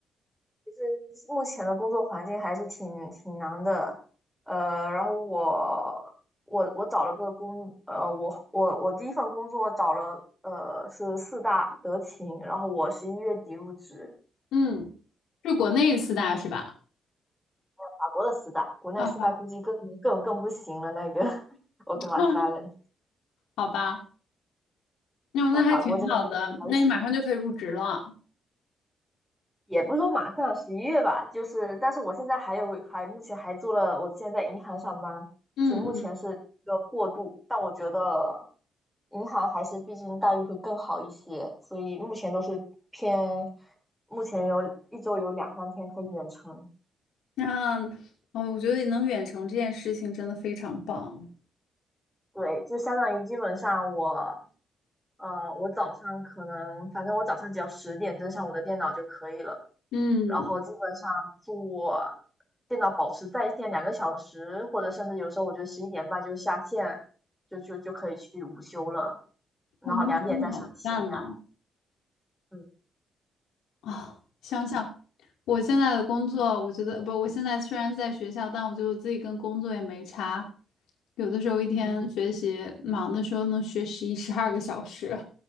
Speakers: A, in the centre; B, on the left.
A: 就是目前的工作环境还是挺挺难的，呃，然后我我我找了个工，呃，我我我第一份工作找了，呃，是四大德勤，然后我十一月底入职，
B: 嗯，是国内四大是吧？
A: 法国的四大，国内四大估计更更更不行了，
B: 啊，好
A: 那个 <laughs> 我
B: <laughs>
A: o r k l
B: 好吧，那那还挺好的，
A: 到法国这边可能还行，
B: 那你马上就可以入职了。
A: 也不是说马上十一月吧，就是但是我现在还有还目前还做了，我现在在银行上班，
B: 嗯嗯，
A: 所以目前是一个过渡，但我觉得银行还是毕竟待遇会更好一些，所以目前都是偏，目前有一周有两三天可以远程，
B: 那哦，我觉得能远程这件事情真的非常棒。
A: 对，就相当于基本上我。呃，我早上可能，反正我早上只要十点登上我的电脑就可以了，
B: 嗯，
A: 然后基本上做电脑保持在线两个小时，或者甚至有时候我觉得十一点半就下线，就就就可以去午休了，然后两点再上线这样。
B: 我们那真的好赞呢。
A: 嗯
B: 哦，想想我现在的工作，我觉得不，我现在虽然在学校，但我觉得我自己跟工作也没差。有的时候一天学习忙的时候能学十一、
A: 嗯
B: 十二个小时，